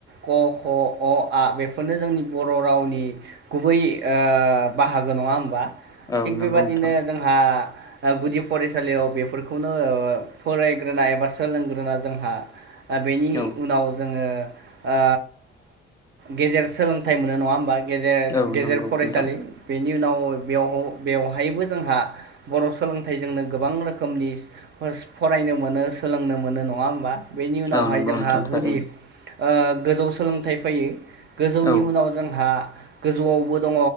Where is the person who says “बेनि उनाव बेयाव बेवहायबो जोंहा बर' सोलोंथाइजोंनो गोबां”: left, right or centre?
Right